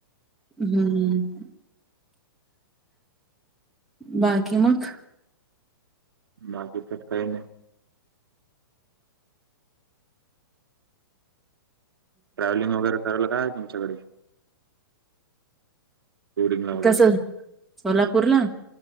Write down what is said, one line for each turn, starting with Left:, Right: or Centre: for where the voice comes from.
Centre: हम्म बाकी मग
Right: बाकी तर काय नाही ट्रॅव्हलिंग वगैरेरायल काय तुमकडे टुरिंगला वगैरे
Centre: कस सोलापूरला